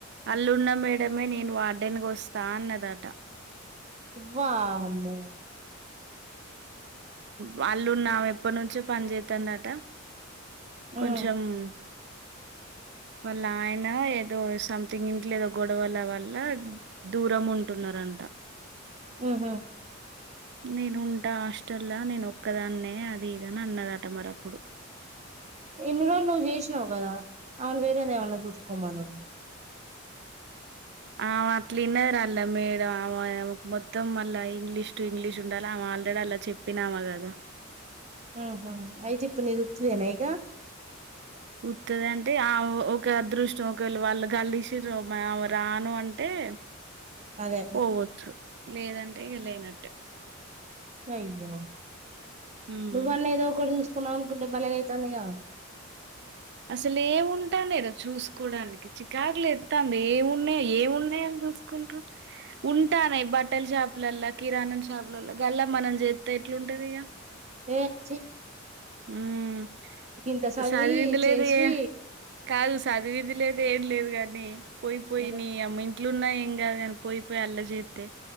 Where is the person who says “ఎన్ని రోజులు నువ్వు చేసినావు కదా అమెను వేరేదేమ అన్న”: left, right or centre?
Right